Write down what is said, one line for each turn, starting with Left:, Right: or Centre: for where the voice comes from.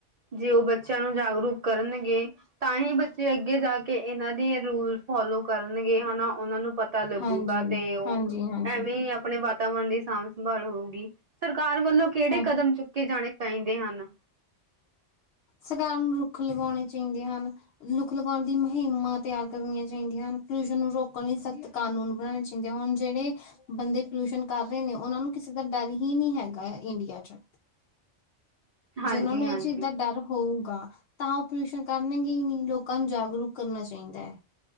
Right: ਜੇ ਉਹ ਬੱਚਿਆਂ ਨੂੰ ਜਾਗਰੂਕ ਕਰਨਗੇ ਤਾਂ ਹੀ ਬੱਚੇ ਅੱਗੇ ਜਾ ਕੇ ਕਿ ਇਹਨਾਂ ਦੇ ਰੂਲ ਫੋਲੋ ਕਰਨਗੇ ਹਨਾ। ਉਹਨਾਂ ਨੂੰ ਪਤਾ ਲੱਗੂਗਾ
Left: ਹਾਂਜੀ,
Right: ਤੇ ਉਹ
Left: ਹਾਂਜੀ, ਹਾਂਜੀ
Right: ਐਵੇਂ ਹੀ ਆਪਣੇ ਵਾਤਾਵਰਨ ਦੀ ਸਾਂਭ ਸੰਭਾਲ ਹੋਊਗੀ। ਸਰਕਾਰ ਵੱਲੋਂ ਕਿਹੜੇ
Left: ਹਾਂ
Right: ਕਦਮ ਚੁੱਕੇ ਜਾਣੇ ਚਾਹੀਦੇ ਹਨ।
Left: ਸਰਕਾਰ ਨੂੰ ਰੁੱਖ ਲਗਾਉਣੇ ਚਾਈਦੇ ਹਨ। ਰੁੱਖ ਲਗਾਉਣ ਦੀ ਮੁਹਿੰਮਾਂ ਤਿਆਰ ਕਰਨੀਆਂ ਚਾਹੀਦੀਆਂ। ਪੋਲਿਊਸ਼ਨ ਨੂੰ ਰੋਕਣ ਲਈ ਸਖ਼ਤ ਕਾਨੂੰਨ ਬਣਾਣੇ ਚ ਹੁਣ ਜਿਹੜੇ ਬੰਦੇ ਪੋਲਿਊਸ਼ਨ ਕਰ ਰਹੇ ਨੇ ਉਹਨਾਂ ਨੂੰ ਕਿਸੇ ਦਾ ਡਰ ਹੀ ਨਹੀਂ ਹੈਗਾ ਇੰਡੀਆ ਚ।
Right: ਹਾਂਜੀ-ਹਾਂਜੀ।
Left: ਜੇ ਓਨਾ ਨੂੰ ਏ ਚੀਜ਼ ਦਾ ਡਰ ਹੋਊਗਾ, ਤਾਂ ਉਹ ਪੋਲਿਊਸ਼ਨ ਕਰਨਗੇ ਹੀ ਨਹੀਂ, ਲੋਕਾਂ ਨੂੰ ਜਾਗਰੂਕ ਕਰਨਾ ਚਾਹੀਦਾ ਹੈ।